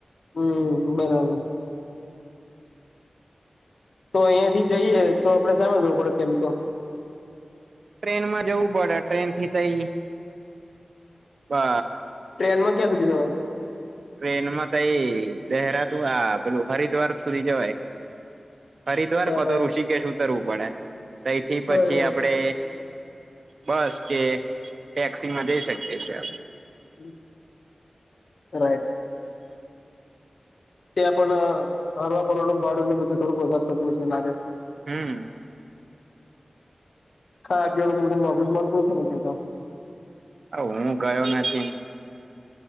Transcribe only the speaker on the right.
ટ્રેનમાં જવું પડે ટ્રેનથી કઈ બ
ટ્રેનમાં તો એ દહેરાતુ આ પેલું હરિદ્વાર સુધી જવાય. હરિદ્વાર
કાતો ઋષિકેશ ઉતરવું પડે તયથી પછી
આપડે બસ કે ટેક્સીમાં જઈ શકીએ છે.
હમ.
હું ગયો નથી.